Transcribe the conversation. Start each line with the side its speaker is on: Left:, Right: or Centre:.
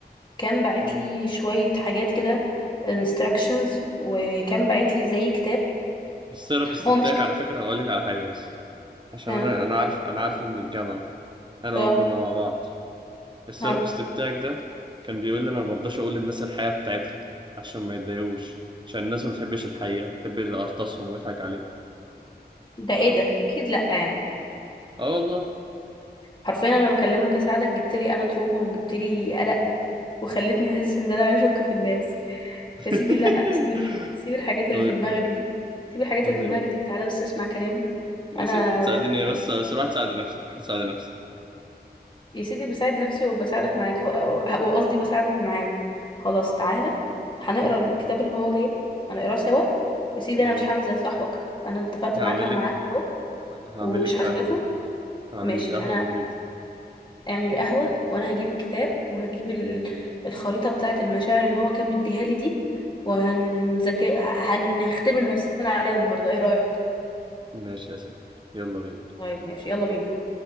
Left: كان باعت
Right: مم.
Left: لي شوية حاجات كده instructions وكان باعت لي زي كتاب
Right: الثيرابيست
Left: هو
Right: بتاعك
Left: مش كتاب
Right: على فكره اقول لك على حاجه بس عشان
Left: ها
Right: انا انا عارف انا عارفه من الجامعه انا
Left: ها
Right: وهو كنا مع بعض الثيرابيست
Left: ها
Right: بتاعك ده كان بيقول لي انا ما برضاش اقول للناس الحقيقه بتاعتها عشان ما يتضايقوش عشان الناس ما بتحبش الحقيقه بتحب اللي ارتصهم ويضحك عليه
Left: ده
Right: اه
Left: ايه ده اكيد لا يعني
Right: اه والله
Left: حرفيا انا بكلمك اساعدك جبت لي انا تروما وجبت لي قلق وخلتني احس ان انا هشك في الناس
Right: <laughs>
Left: يا سيدي لا سيب ال- سيب الحاجات
Right: ما
Left: اللي في دماغك دي سيب الحاجات
Right: ما
Left: اللي
Right: من
Left: في دماغك دي تعالى بس اسمع كلامي
Right: يا
Left: انا
Right: ست تساعديني بس بس روح تساعدي نفسك روح تساعدي نفسك
Left: يا سيدي بساعد نفسي وبساعدك معاك هو- هو- وقصدي بساعدك معاه خلاص تعالى هنقرا الكتاب اللي هو جايبه هنقراه سوا يا سيدي
Right: مم.
Left: انا مش هعمل زي صاحبك انا اتفقت
Right: هعمل
Left: معاك على
Right: لك
Left: ميعاد اهو
Right: هعمل
Left: ومش
Right: لك قهوة
Left: هخلفه
Right: هعمل
Left: ماشي
Right: لك قهوة
Left: انا
Right: من ايدي
Left: اعمل قهوة وانا هجيب الكتاب وهجيب ال- الخريطة بتاعة المشاعر اللي هو كان مديها لي دي وهنذاكر هنختبر نفسنا عليها النهارده ايه رأيك
Right: ماشي يا ست يلا بينا
Left: طيب ماشي يلا بينا